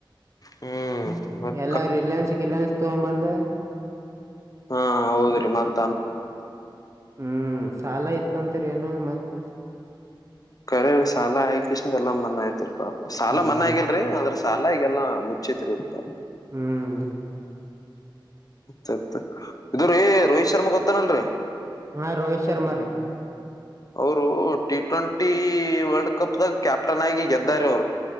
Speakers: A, on the left; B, on the right.
A: ಹ್ಮ್ ಮತ್ತೆ
B: ಎಲ್ಲ ರಿಲಯನ್ಸ್ ಗಿಲಯನ್ಸ್ ತಗೊ ಬಂದು
A: ಹಾ ಹೌದ್ರಿ ಮತ್ತ
B: ಹ್ಮ್ ಸಾಲ ಇತ್ತಂತರಿ ಏನ ಮತ್ತ
A: ಕರ ಸಾಲ ಆಯಕಷನ್ ಎಾ ಮನ್ ಯತಿರಿ ಪಾಪ ಸಾಲ
B: ಹ್ಮ್
A: ಮನ್ ಆಗಲ್ರಿ ಅದ್ರ ಸಾಲ ಈಗಲ್ಲ ಮುಚ್ಚತಿರು ಉಪ
B: ಹ್ಮ್
A: ಅ ಇದ್ರ ಏ ರೋಹಿತ್ ಶರ್ಮಾ ಗೊತ್ತಾನಲ್ರಿ
B: ಹಾ ರೋಹಿತ ಶರ್ಮಾ ರೇ
A: ಅವರು ಟಿ ಟ್ವೆಂಟಿ ವರ್ಲ್ಡ್ ಕಪ್ ದಾಗ ಕ್ಯಾಪ್ಟನ್ ಆಗಿ ಗೆದ್ದಾರೆ ಅವ್ರು